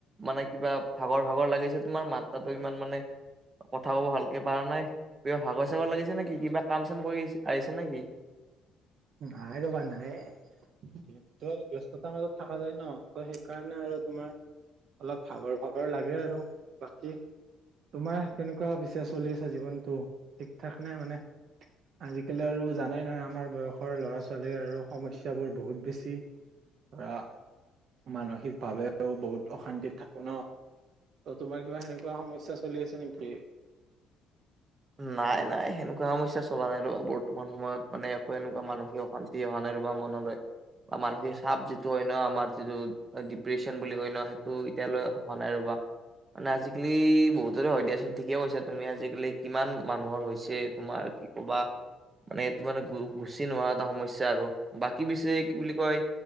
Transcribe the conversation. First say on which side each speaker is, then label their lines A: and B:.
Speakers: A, on the right; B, on the right.
A: মানে কিবা ভাগৰ ভাগৰ লাগিছে তোমাৰ মাত্ৰাটো ইমান মানে কথা কব ভালকে পাৰা নাই কিবা ভাগৰ চাগৰ লাগিছে নেকি কিবা কাম চাম কৰি আহিছে নেকি?
B: নাইলগা নাইয়ে। দিনটো আৰু ব্যস্ততাৰ মাজত থাকা যায় ন ত সেইকাৰণে আৰু তোমাৰ অলপ ভাগৰ - ভাগৰ লাগে আৰু বাকী তোমাৰ কেনেকুৱা পিছে চলি আছে জীৱনটো ঠিক থাক নাই মানে আজিকালি আৰু জানাই নহয় আমাৰ বয়স সৰু ল'ৰা - ছোৱালীৰ আৰু সমস্যাবোৰ বহুত বেছি ধৰা মানসিকভাৱেও বহুত অশান্তিত থাকো ন। ত তোমাৰ কিবা সেনেকুৱা সমস্যা চলি আছে নেকি?
A: নাই - নাই সেনেকুৱা সমস্যা চলা নাই ৰ বৰ্তমান সময়ত মানে একো এনেকুৱা মানসিক অশান্তি সি অহা নাই ৰবা মনলৈ বা মানসিক চাপ যিটো হয় ন আমাৰ যিটো ডিপ্ৰেশচন বুলি কয় ন সেইটো এতিয়ালৈ আহা নাই ৰবা, মানে আজিকালি বহুতৰে হয় দিয়াচোন ঠিকে কৈছা তুমি আজিকালি কিমান মানুহৰ হৈছে তোমাৰ কি ক'বা মানে এইটো মানে গো গুচি নোহোৱা এটা সমস্যা আৰু বাকী পিছে কি বুলি কয়,